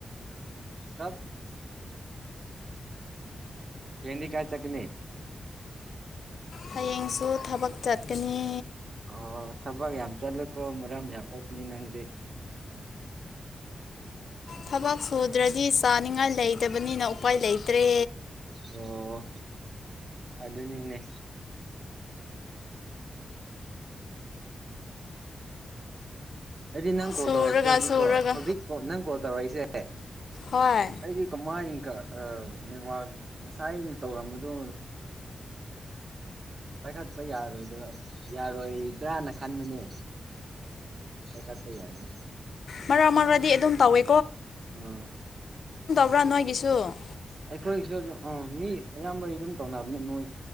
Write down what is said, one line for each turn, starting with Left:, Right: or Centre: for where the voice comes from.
Right: ꯆꯠ ꯀꯗꯤ ꯀꯥꯏ ꯆꯠꯅꯤ
Left: ꯍꯌꯦꯡꯁꯨ ꯊꯕꯛ ꯆꯠꯀꯅꯤ
Right: ꯑꯣ ꯊꯕꯛ ꯌꯥꯝ ꯆꯠꯂꯨꯀꯣ ꯃꯔꯝ ꯌꯥꯝ ꯑꯣꯞꯅꯤ ꯅꯪꯗꯤ
Left: ꯊꯕꯛ ꯁꯨꯗ꯭ꯔꯗꯤ ꯆꯥꯅꯤꯡꯉꯥꯏ ꯂꯩꯇꯕꯅꯤꯅ ꯎꯄꯥꯏ ꯂꯩꯇ꯭ꯔꯦ
Right: ꯑꯣ ꯑꯗꯨ ꯑꯗꯨꯅꯤꯅꯦ ꯑꯩꯗꯤ ꯅꯪ ꯀꯣꯜ
Left: ꯁꯨꯔꯒ
Right: ꯇꯧꯔꯛꯄꯁꯦ ꯍꯧꯖꯤꯛꯀꯣ
Left: ꯁꯨꯔꯒ
Right: ꯍꯧꯖꯤꯛ ꯅꯪ ꯀꯣꯜ ꯇꯧꯔꯛꯏꯁꯦ
Left: ꯍꯣꯏ
Right: ꯑꯩꯗꯤ ꯀꯃꯥꯏꯀꯕ ꯉꯁꯥꯏ ꯑꯩꯅ ꯇꯧꯔꯝꯕꯗꯣ ꯄꯥꯏꯈꯠꯄ ꯌꯥꯔꯣꯏꯗꯕ ꯌꯥꯔꯣꯏꯕ꯭ꯔꯥꯅ ꯈꯟꯕꯅꯦ ꯈꯠꯇꯩ ꯌꯥꯅ
Left: ꯃꯔ ꯃꯔꯗꯤ ꯑꯗꯨꯝ ꯇꯧꯋꯦ
Right: ꯑꯣ
Left: ꯄꯨ ꯅꯣꯏ ꯀꯁꯨ
Right: ꯑꯩꯈꯣꯏꯒꯤꯁꯨ ꯑꯗꯨꯝ ꯑꯥ ꯃꯤ ꯑꯌꯥꯝꯕꯩ ꯑꯗꯨꯝ ꯇꯧꯅꯕꯅꯤ ꯃꯣꯏ